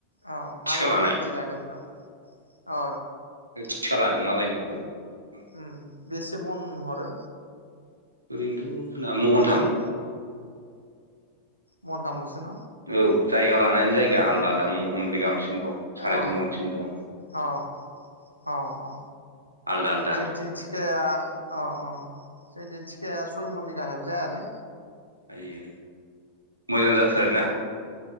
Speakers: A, on the left; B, on the right.
A: अ
B: थिखा
A: मालायनिखौ
B: लानाय
A: आदि लादों नामा अ
B: थिखा लादों मालायनिखौ उम
A: उम बेसे मन हरो
B: ओरैनोथ महनथाम
A: बिगायाव महनथाम लस सो न
B: औ जायगा ला नानै जायगा
A: उम
B: आलदा आलदा महनब्रै गामसिम दं साराय
A: अ
B: तिन मनसिम दं
A: अ अ अ
B: आलदा आलदा
A: जोंथिं थिखाया अ अ जोंनि थिखाया सय मननि गाहायाव जायालै
B: आयो मोजां जाथारो ना